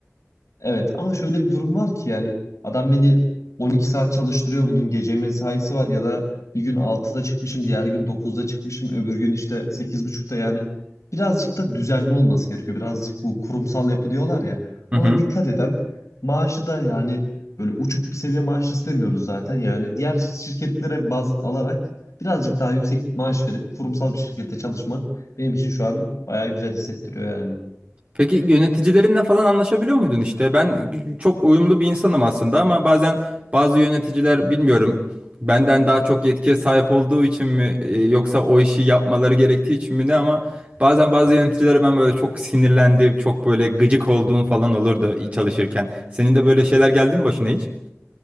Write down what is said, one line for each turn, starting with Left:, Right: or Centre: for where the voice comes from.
Left: Evet ama şöyle bir durum var ki yani adam beni 12 saat çalıştırıyor bunun gece mesaisi var ya da bir gün altıda çıkmışım diğer gün dokuzda çıkmışım öbür gün işte sekiz buçukta yani birazcık da düzenli olması gerekiyor. Birazcık bu kurumsal yapı diyorlar ya
Right: diyorsun.
Left: ona dikkat eden maaşı da yani böyle uçuk bir seviye maaş istemiyoruz zaten yani diğer şirketlere baz alarak birazcık daha yüksek maaş verip kurumsal bir şirkette çalışmak benim için şu an bayağı güzel hissettiriyor yani.
Right: Peki yöneticilerinle falan anlaşabiliyor muydun işte? Ben çok uyumlu bir insanım aslında ama bazen bazı yöneticiler bilmiyorum benden daha çok yetkiye sahip olduğu için mi e, yoksa o işi yapmaları gerektiği için mi ne ama bazen bazı yöneticilere ben böyle çok sinirlendiğim, çok böyle gıcık olduğum falan olurdu çalışırken. Senin de böyle şeyler geldi mi başına hiç?